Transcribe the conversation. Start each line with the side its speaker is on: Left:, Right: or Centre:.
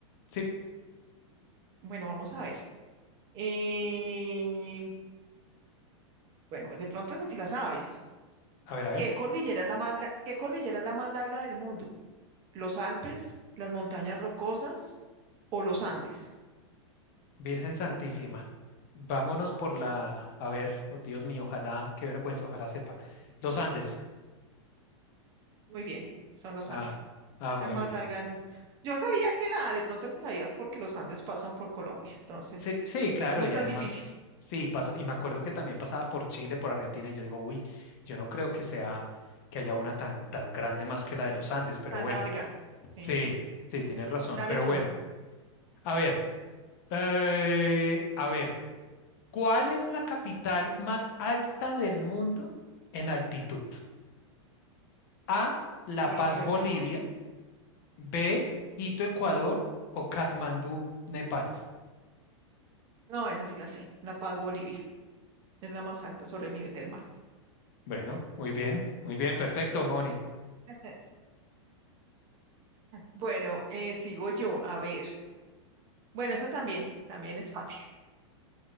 Left: Sí,
Right: Bueno, vamos a ver. Eh, bueno, de pronto es si la sabes.
Left: A ver, a ver,
Right: ¿Qué cordillera es la más, la- qué cordillera es la más larga del mundo? ¿Los Alpes, las montañas rocosas o los Andes?
Left: Virgen Santísima, vámonos por la, a ver, oh Dios mío, ojalá, qué vergüenza, ojalá sepa. Los Andes.
Right: Muy bien, son los
Left: Ah,
Right: Andes,
Left: ah, muy
Right: la más
Left: bien.
Right: larga del mundo. Yo sabía que la de pronto lo sabías porque los Andes pasan por Colombia, entonces
Left: Sí, sí, claro,
Right: no es
Left: y
Right: tan
Left: además,
Right: difícil,
Left: sí, pasa, y me acuerdo que también pasaba por Chile, por Argentina, y yo digo, uy, yo no creo que sea, que haya una tan, tan grande más que la de los Andes, pero
Right: tan
Left: bueno,
Right: larga. Sí.
Left: sí, sí, tienes razón,
Right: Dale
Left: pero
Right: tú,
Left: bueno, a ver, eh, a ver, ¿cuál es la capital más alta del mundo en altitud? A, La
Right: sobre
Left: Paz,
Right: el nivel
Left: Bolivia,
Right: del mar.
Left: B, Quito, Ecuador o Katmandú, Nepal.
Right: No, esa sí la sé, La Paz, Bolivia, es la más alta sobre el nivel del mar.
Left: Bueno, muy bien, muy bien, perfecto, Moni.
Right: <laughs> Bueno, eh, sigo yo, a ver. Bueno, esta también, también es fácil.